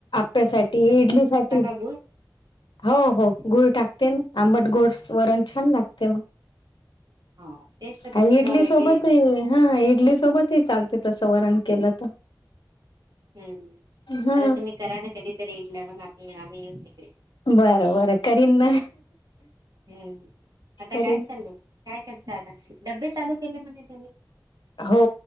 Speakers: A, on the left; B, on the right.
A: प्या साठी इडली साठी.
B: कागू
A: हो हो गुळ टाकते ना, आंबट गोड वरण छान टकते मग
B: हा तेच तर त्याची
A: आन इडली
B: चव वेगळी
A: सोबत
B: येते
A: ही हा इडली सोबत ही चालते तसं वरण केलं तर.
B: हम्म
A: हा
B: आता तुम्ही करा ना, कधीतरी इडला मग आपली आम्ही येऊन तिकडे.
A: बरं बरं करीन ना
B: हम्म. आता
A: करीन.
B: काय चाललं काय करता आता डब्बे चालू केले म्हणे तुम्ही
A: हो